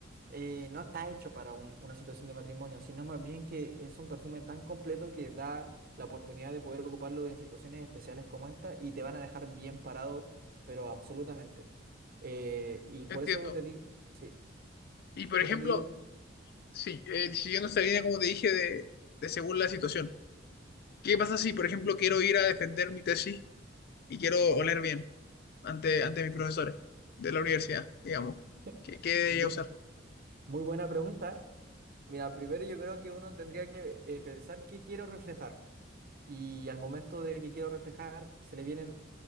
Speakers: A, on the right; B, on the left.
A: eh, no está hecho para un- una situación de matrimonio, sino más bien que es un perfume tan completo que da la oportunidad de poder ocuparlo en situaciones especiales como esta y te van a dejar bien parado, pero absolutamente. Eh, y por
B: Entiendo.
A: eso te digo, sí,
B: Y por
A: por
B: ejemplo,
A: eso te digo,
B: sí, eh, siguiendo esta línea, como te dije, de, de según la situación. ¿Qué pasa si, por ejemplo, quiero ir a defender mi tesis y quiero oler bien ante, ante mis profesores de la universidad, digamos?
A: <laughs>
B: ¿Qué, qué debería
A: muy,
B: usar?
A: muy buena pregunta. Mira, primero yo creo que uno tendría que eh, pensar qué quiero reflejar. Y al momento de que quiero reflejar, se le vienen